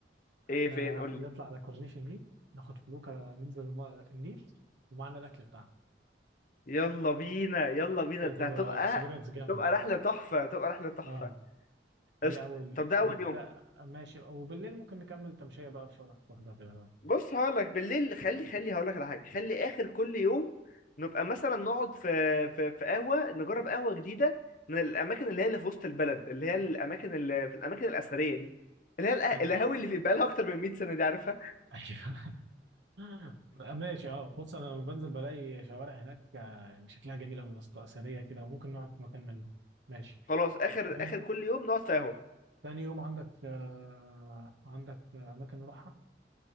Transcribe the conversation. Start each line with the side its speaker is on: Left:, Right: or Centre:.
Left: ايه
Right: احنا
Left: فين قول
Right: نطلع
Left: لي
Right: على كورنيش النيل ناخد فلوكه ننزل الم- النيل ومعنا الاكل بتاعنا
Left: يلا بينا يلا بينا
Right: دي
Left: ده
Right: هتبقى
Left: هتبقى
Right: اكسبيرينس جامده
Left: تبقى
Right: يعني
Left: رحلة تحفة تبقى رحلة تحفة
Right: اه دي
Left: قشطة
Right: اول
Left: طب ده أول
Right: دي كده
Left: يوم
Right: ماشي وبالليل ممكن نكمل تمشيه بقى في شارع القاهره كده
Left: بص هقول لك بالليل خلي خلي هقول لك على حاجة خلي آخر كل يوم نبقى مثلا نقعد في في في قهوة نجرب قهوة جديدة من الأماكن اللي هي اللي في وسط البلد اللي هي الأماكن اللي في الأماكن الأثرية دي اللي هي القه-
Right: حلو
Left: القهاوي اللي في بقالها أكتر من 100 سنة دي عارفها
Right: ايوه <laughs> ماشي اه بص انا لما بنزل بلاقي شوارع هناك آه، يعني شكلها جميل قوي يا اسطى اثريه كده وممكن نقعد في مكان منهم ماشي
Left: خلاص آخر
Right: ممكن
Left: آخر كل يوم نقعد في قهوة
Right: تاني يوم عندك آه، عندك اماكن نروحها